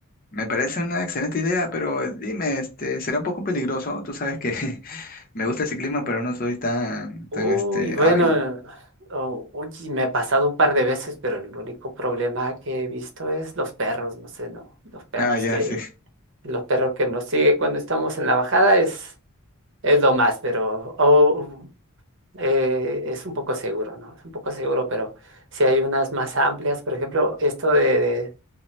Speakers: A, on the left; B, on the right.
A: Me parece una excelente idea, pero eh, dime, este, será un poco peligroso. Tú sabes que <laughs> me gusta ese clima, pero no soy tan,
B: Uy,
A: tan, este,
B: bueno,
A: hábil. <laughs>
B: o- oye, me ha pasado un par de veces, pero el único problema que he visto es los perros, no sé, no, los perros
A: Ah, ya,
B: que,
A: sí,
B: los perros que nos siguen cuando estamos en la bajada es, es lo más, pero o, eh, es un poco seguro, ¿no? Es un poco seguro, pero si hay unas más amplias, por ejemplo, esto de, de